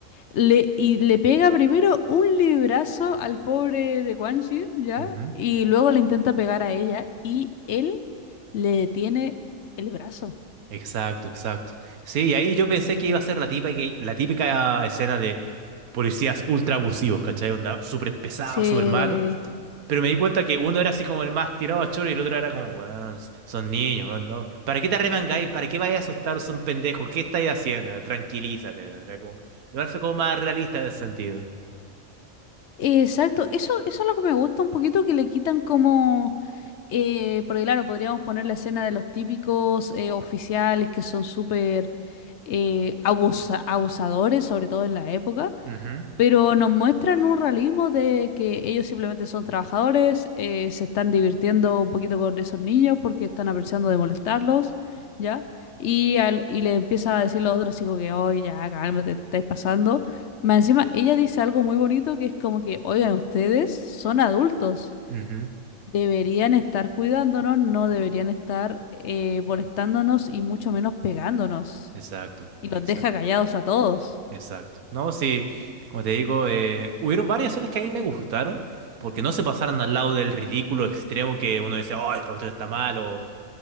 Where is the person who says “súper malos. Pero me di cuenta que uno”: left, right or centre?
Right